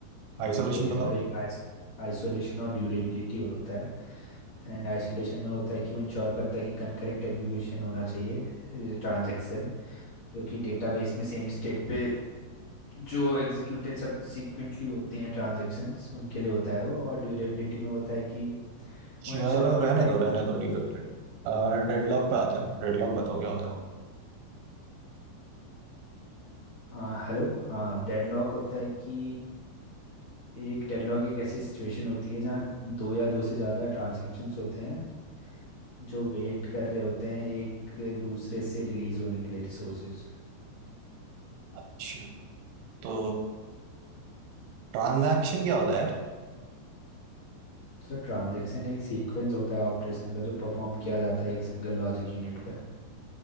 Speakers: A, on the left; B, on the right.
A: हाँ
B: आइसोलेशन
A: वही
B: बताओ
A: और एक आइसोलेशन और ड्यूरेबिलिटी होता है एंड आइसोलेशन में होता है कि वो इंश्योर करता है कि कंकरेंट एग्जीक्यूशन होना चाहिए ट्रांजैक्शन जो कि डेटाबेस में सेम स्टेट पे जो एग्जीक्यूटेड सब सीक्वेंटली होते हैं ट्रांजैक्शंस उनके लिए होता है वो और ड्यूरेबिलिटी में होता है कि वो
B: चलो
A: इंश्योर करता
B: रहने
A: है
B: दो
A: कि
B: रहने दो ड्यूरेबिलिटी डेडलॉक पे आता है डेडलॉक बताओ क्या होता है
A: आ, हेलो हाँ डेडलॉक होता है कि एक डेडलॉक एक ऐसी सिचुएशन होती है जहाँ दो या दो से ज़्यादा ट्रांजैक्शंस होते हैं जो वेट कर रहे होते हैं एक दूसरे से रिलीज होने के लिए रिसोर्सेज
B: अच्छा तो ट्रांजैक्शन क्या होता है यार
A: सर ट्रांजैक्शन एक सीक्वेंस होता है ऑपरेशन का जो परफॉर्म किया जाता है एक सिंगल लॉजिक यूनिट पे